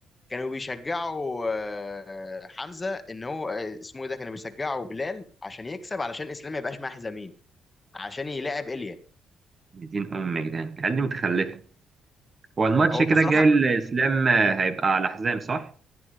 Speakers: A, on the left; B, on the right.
A: كانوا بيشجعوا آه، حمزه ان هو آه، اسمه ايه ده كانوا بيشجعوا بلال عشان يكسب علشان اسلام ما يبقاش معاه حزامين عشان يلاعب ايليا
B: دين ام يا جدعان العيال دي متخلفه هو الماتش
A: هو
B: كده
A: بصراحه
B: الجاي الاسلام هيبقى على حزام صح